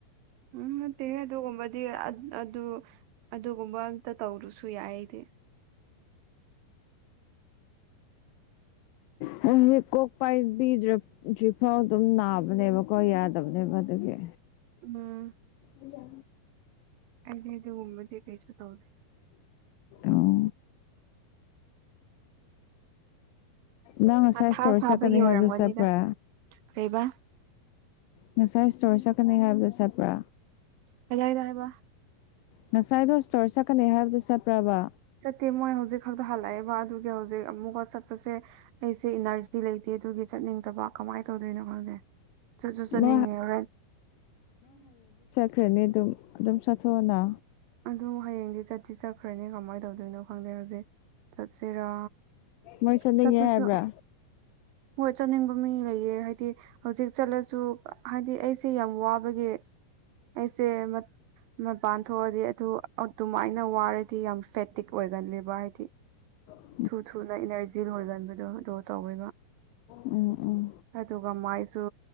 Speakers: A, on the right; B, on the left.
A: ꯎꯝ ꯅꯠꯇꯦ ꯑꯗꯨꯒꯨꯝꯕꯗꯤ ꯑꯗꯨ ꯑꯗꯨꯒꯨꯝꯕ ꯑꯝꯇ ꯇꯧꯔꯨꯁꯨ ꯌꯥꯏꯗꯤ
B: ꯍ ꯀꯣꯛ ꯄꯥꯏꯕꯤꯔꯤꯐꯥꯎ ꯑꯗꯨꯝ ꯅꯥꯕꯅꯦꯕꯀꯣ ꯌꯥꯗꯕꯅꯦꯕ ꯑꯗꯨꯒꯤ
A: ꯎꯝ
B: ꯑꯩ ꯌꯥ
A: ꯑꯗ ꯑꯗꯨꯗꯦ ꯎ ꯃꯗꯤꯦ ꯀꯩꯁꯨ ꯇꯧꯗꯦ
B: ꯑꯣ ꯅꯪ ꯉꯁꯥꯏꯁꯇꯔ
A: ꯃꯊꯥ ꯁꯥꯕꯒꯤ
B: ꯆꯠꯀꯅꯤ
A: ꯑꯣꯏꯔꯝꯒꯅꯤꯗ
B: ꯍꯥꯏꯕꯗꯨ ꯆꯠꯄ꯭ꯔꯥ
A: ꯀꯩꯕ
B: ꯉꯁꯥꯏ ꯏꯁ꯭ꯇꯣꯔ ꯆꯠꯀꯅꯤ ꯍꯥꯏꯕꯗꯨꯣ ꯆꯠꯄ꯭ꯔꯥ
A: ꯀ ꯌꯥ ꯍꯥꯏꯗ ꯍꯥꯏꯕ
B: ꯉꯁꯥꯏꯗꯣ ꯏꯁꯇꯣꯔ ꯆꯠꯀꯅꯤ ꯍꯥꯏꯕꯗꯨꯣ ꯆꯠꯄ꯭ꯔꯕ
A: ꯆꯠꯇꯦ ꯃꯣꯏ ꯍꯧꯖꯤꯛ ꯈꯛꯇ ꯍꯜꯂꯛꯑꯦꯕ ꯑꯗꯨꯒꯤ ꯍꯧꯖꯤꯛ ꯑꯃꯨꯛꯀ ꯆꯠꯄꯁꯦ ꯑꯩꯁꯦ ꯏꯅꯔꯖꯤ ꯂꯩꯇꯦ ꯑꯗꯨꯒꯤ ꯆꯠꯅꯤꯡꯗꯕ ꯀꯃꯥꯏꯅ ꯇꯧꯗꯣꯏꯅꯣ ꯈꯪꯗꯦ ꯆꯠꯁꯨꯠ ꯆꯠꯅꯤꯡꯉꯦ
B: ꯃꯣꯏ
A: ꯍꯔꯦꯟ
B: ꯈ꯭ꯔꯅꯤ ꯑꯗꯨꯝ ꯑꯗꯨꯝ ꯆꯥꯊꯣꯛꯑꯅ
A: ꯑꯗꯨ ꯍꯌꯦꯡꯗꯤ ꯆꯠꯁꯤ ꯆꯠꯈ꯭ꯔꯅꯤ ꯀꯃꯥꯏꯅ ꯇꯧꯗꯣꯏꯅꯣ ꯈꯪꯗꯦ ꯍꯧꯖꯤꯛ ꯆꯠꯁꯤꯔꯥ
B: ꯃꯣꯏ ꯆꯠꯅꯤꯡꯉꯦ
A: ꯆꯄꯁꯨ
B: ꯍꯥꯏꯕ꯭ꯔꯥ
A: ꯍꯣꯏ ꯆꯠꯅꯤꯡꯕ ꯃꯤ ꯂꯩꯌꯦ ꯍꯥꯏꯗꯤ ꯍꯧꯖꯤꯛ ꯆꯠꯂꯁꯨ ꯍꯥꯏꯗꯤ ꯑꯩꯁꯦ ꯌꯥꯝ ꯋꯥꯕꯒꯤ ꯑꯦꯁꯦ ꯃ ꯃꯄꯥꯟꯊ ꯑꯗꯨ ꯑꯗꯨꯃꯥꯏꯅ ꯋꯥꯔꯗꯤ ꯌꯥꯝ ꯐꯦꯇꯤꯛ ꯑꯣꯏꯒꯂꯦꯕ ꯍꯥꯏꯗꯤ
B: ꯑ
A: ꯊꯨ ꯊꯨꯅ ꯏꯅꯔꯖꯤ ꯂꯣꯏꯒꯟꯕꯗꯣ ꯑꯣ ꯇꯧꯋꯦꯕ
B: ꯎꯝ ꯎꯝ
A: ꯑꯗꯨꯒ ꯃꯥꯏ ꯁꯨ